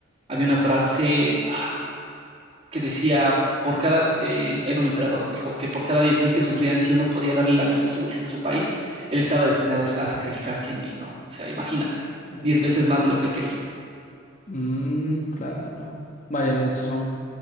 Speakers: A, on the right; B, on the left.
A: había una frase ah, que decía, por cada, eh, era un emperador, dijo que por cada 10.000 que sufrían, si uno podía darle la mejor solución a su país, él estaba destinado a, a sacrificar 100.000, ¿no? O sea, imagínate,
B: Uf.
A: 10 veces más de lo que él quería.
B: Mm, claro. Vaya, esos son,